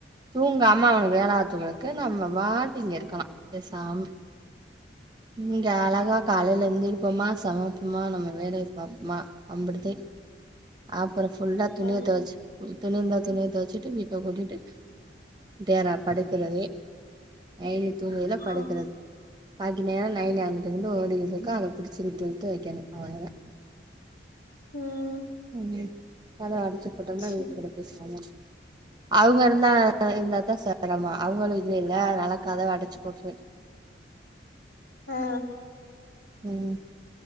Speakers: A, on the right (about 25°); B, on the left (about 85°).
A: தூங்காமா அவனுக்கு வேல பாத்து குடுக்க நம்ம பாட்டுக் இங்க இருக்கலா பெசாம இங்க அழகா காலைல எந்திரிப்போமா சமப்போமா நம்ம வேலைய பாப்புமா அம்புட்டுதே அப்புற ஃபுல்லா துணிய
B: ஆ
A: தொவச்சு துணியிந்தா துணிய தொவச்சுட்டு வீ டு கூட்டிட்டு டேரா படுக்குறதே நைனி தூங்கையில படுக்கறது
B: ஆ
A: பாக்கி நேரோ நைனி அங்கிட்டு இங்கிட்டு ஓடிட்டு இருக்கா அத புடிச்சு இழுத்து இழுத்து வைக்கனு அவளோதா
B: ம்
A: ம் கதவ அடைச்சு போட்டோம்னா
B: சே
A: வீட்டுக்கெடக்கு பேசாமா அவங்க இருந்தா இருந்தாதா செரமோ அவங்களு இல்லைல அதனால கதவ அடைச்சு போட்டுருவே
B: ஆ ஆ
A: ம்